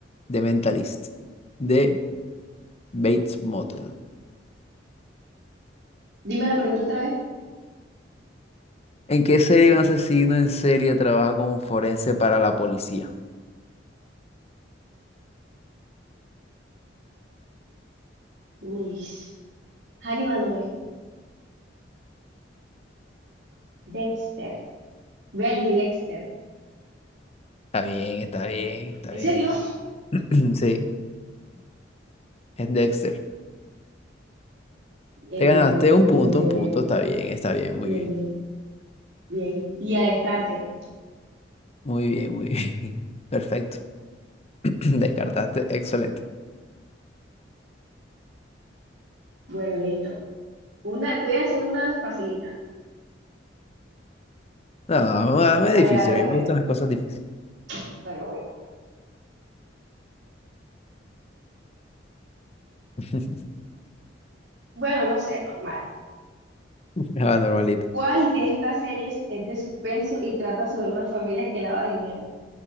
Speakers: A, on the left; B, on the right.
A: The Mentalist. D. Bates Motel.
B: Dime la pregunta otra vez.
A: ¿En qué serie un asesino en serie trabaja como forense para la policía?
B: Uy. Hannibal no es. Dexter. Voy a elegir Dexter.
A: Está bien, está bien, está
B: ¿En
A: bien.
B: serio?
A: <clears throat> Sí, <clears throat> es Dexter.
B: Bien,
A: Te ganaste
B: bien, bien,
A: un
B: bien,
A: punto,
B: bien,
A: un punto.
B: bien, bien.
A: Está bien, está bien, muy
B: Bien,
A: bien.
B: bien, bien. Y a descarte.
A: Muy bien, muy bien. <laughs> Perfecto. <laughs> Descartaste, excelente.
B: Bueno, listo. Una, te voy a hacer una facilita.
A: No, me, me
B: A
A: es difícil,
B: ver, a ver,
A: a
B: a
A: mí
B: ver.
A: me gustan las cosas difíciles.
B: Bueno, bueno, bueno.
A: <laughs>
B: Bueno, no sé, normal.
A: Ah, normalito.
B: ¿Cuál de estas series es de suspenso y trata sobre una familia que lava dinero?